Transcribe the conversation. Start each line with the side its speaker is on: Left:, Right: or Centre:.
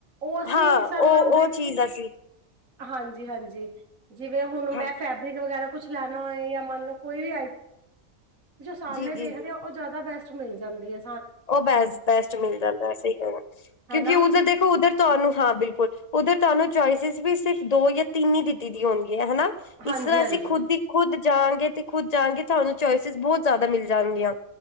Right: ਉਹ ਅਸੀਂ
Left: ਹਾਂ
Right: ਸਾਨੂੰ
Left: ਉਹ
Right: ਇਹ ਹੁੰਦਾ
Left: ਉਹ
Right: ਕਿ
Left: ਚੀਜ਼ ਅਸੀਂ
Right: ਹਾਂਜੀ- ਹਾਂਜੀ, ਜਿਵੇਂ ਹੁਣ
Left: ਹਾਂ
Right: ਮੈਂ ਫੈਬਰਿਕ ਵਗੈਰਾ- ਕੁਛ ਲੈਣਾ ਹੋਏ ਜਾਂ ਮੰਨ ਲਓ ਕੋਈ ਵੀ ਆਈ ਜੋ ਸਾਹਮਣੇ
Left: ਜੀ ਜੀ
Right: ਦੇਖਦੇ
Left: ਜੀ
Right: ਹੋ, ਉਹ ਜ਼ਿਆਦਾ ਬੈਸਟ ਮਿਲ ਜਾਂਦੀ ਐ।
Left: ਉਹ ਬੈਸ ਬੈਸਟ ਮਿਲ ਜਾਂਦਾ ਸਹੀ ਕਹਿਣਾ, ਕਿਉਂਕਿ
Right: ਹਨਾ
Left: ਉਧਰ ਦੇਖੋ ਉਧਰ ਤੁਹਾਨੂੰ ਹਾਂ ਬਿਲਕੁਲ ਉਧਰ ਤੁਹਾਨੂੰ ਚੋਇਸਿਸ ਵੀ ਸਿਰਫ ਦੋ ਜਾਂ ਤਿੰਨ ਹੀ ਦਿੱਤੀ ਦੀ ਹੋਣੀ। ਹਨਾ
Right: ਹਾਂਜੀ
Left: ਇਸ ਤਰ੍ਹਾਂ
Right: ਹਾਂਜੀ
Left: ਅਸੀਂ ਖੁਦ ਹੀ ਖੁਦ ਜਾਂਗੇ ਤੇ ਖੁਦ ਜਾਂਗੇ ਤੁਹਾਨੂੰ ਚੋਇਸਿਸ ਬਹੁਤ ਜ਼ਿਆਦਾ ਮਿਲ ਜਾਣਗੀਆਂ,